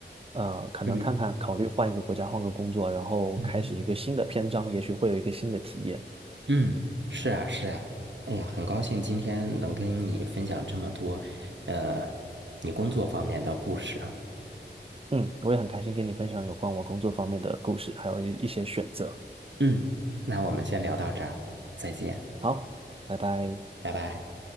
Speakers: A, on the right; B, on the right.
A: 呃，可能看看，
B: 嗯
A: 考虑换一个国家，换个工作，然后开始一个新的篇章，
B: 嗯。
A: 也许会有一个新的体验。
B: 嗯，是啊，是啊，哎呀，很高兴今天能跟你分享这么多，呃，你工作方面的故事啊。
A: 嗯，我也很开心跟你分享有关我工作方面的故事，还有一一些选择。
B: 嗯，那我们先聊到这儿，再见，
A: 好，拜拜。
B: 拜拜。